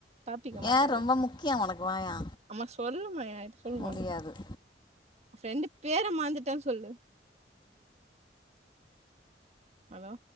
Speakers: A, on the right (about 40°); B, on the left (about 25°).
A: டாபிக்கை மாத்தாத
B: ஏன் ரொம்ப முக்கியம் உனக்கு வாயா
A: அம்மா சொல்லுமா சொல்லுமா
B: முடியாது
A: ஃப்ரெண்டு பேரை மாந்துட்டனு சொல்லு ஹலோ